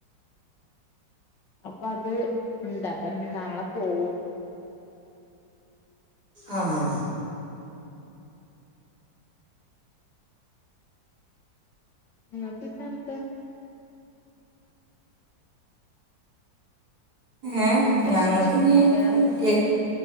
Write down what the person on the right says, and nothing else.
അ ആഹ്
ഏ
ഞങ്ങൾക്ക്ഞ്ഞ്
ഇ